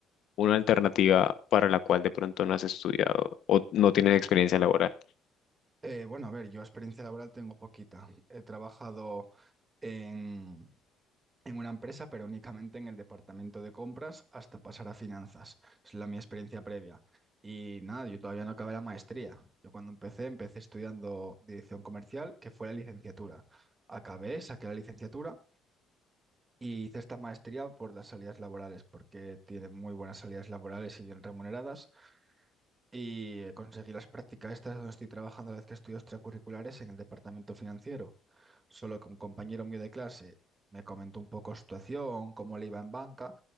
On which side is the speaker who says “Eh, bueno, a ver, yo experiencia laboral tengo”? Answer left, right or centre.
Right